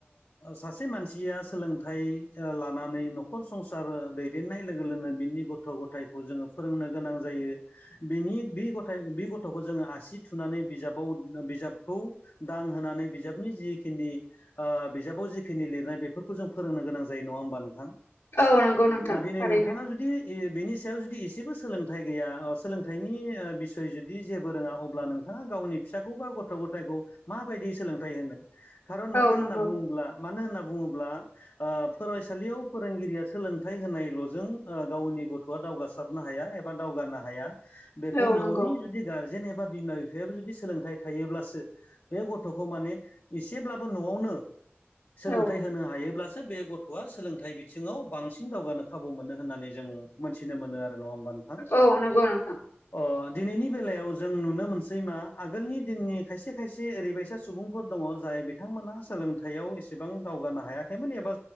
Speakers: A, on the left; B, on the left.
A: सासे मानसिया सोलोंथाइ लानानै न'खर संसार दैदेननाय लोगो लोगोनो बिनि गथ' गथायखौ जोङो फोरोंनो गोनां जायो बिनि गथ'खौ जोङो आसि थुनानै बिजाबाव बिजाबखौ दां होनानै बिजाबनि जिखिनि बिजाबाव जिखिनि लिरनाय बेफोरखौ जों फोरोंनो गोनां जायो नङा होनबा नोंथां
B: औ नंगौ नोंथां
A: ओ दिनै
B: थारैनो
A: नोंथांङा जुदि सायाव जुदि एसेबो सोलोंथाइ गैया सोलोंथाइनि बिसय जुदि जेबो रोङा अब्ला नोंथाङा गावनि फिसाखौ बा गथ' गथायखौ माबायदि सोलोंथाइ होनो खारन मानो
B: औ
A: होनना
B: नंगौ
A: बुङोब्ला मानो होनना बुङोब्ला ओ फरायसालियाव फोरोंगिरिया सोलोंथाइ होनायल'जों गावनि गथ'आ दावगासारनो हाया एबा दावगा नो हाया बेखौ
B: औ
A: न'नि
B: नंगौ
A: जुदि गारजेन एबा बिमा बिफायाबो जुदि सोलोंथाइ थायोब्लासो बे गथ'खौ माने एसेब्लाबो न'आवनो सोलोंथाइ
B: औ
A: होनो हायोब्लासो बे गथ' आ सोलोंथाइ बिथिङाव बांसिन दावगानो खाबु मोनो होननानै जों मोनथिनो मोनो आरो नङा होमबा नोंथां
B: औ नंगौ नोंथां
A: अ दिनैनि बेलायाव जों नुनो मोनसै मा आगोलनि दिननि खायसे खायसे ओरैबायसा सुबुंफोर दङ जाय बिथांमोना सोलोंथाइयाव एसेबां दावगानो हायाखैमोन एबा